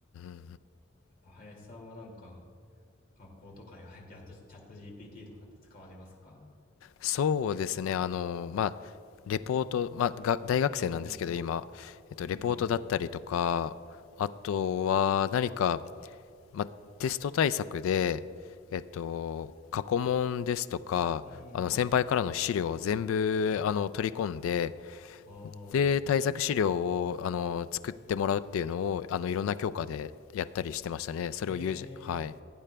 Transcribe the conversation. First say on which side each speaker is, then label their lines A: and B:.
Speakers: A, on the left; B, on the left.
A: ん
B: やっぱ林さんはなんか学校とかで、はい、じゃあチャット GPT とかって使われますか
A: そうですね。あの、まあ、レポート、まあ、が、大学生なんですけど、
B: うーん、
A: 今、えっと、
B: うーん、
A: レポートだったりとか、あとは何か、まあ、テスト対策で、えっと、過去問ですとか、
B: うー
A: あの先輩からの資料を全部あの取り込んで、
B: ん。おー、
A: で、対策資料をあの作ってもらうっていうのをあのいろんな教科でやったりしてましたね。それを友人、
B: へ
A: はい。
B: え、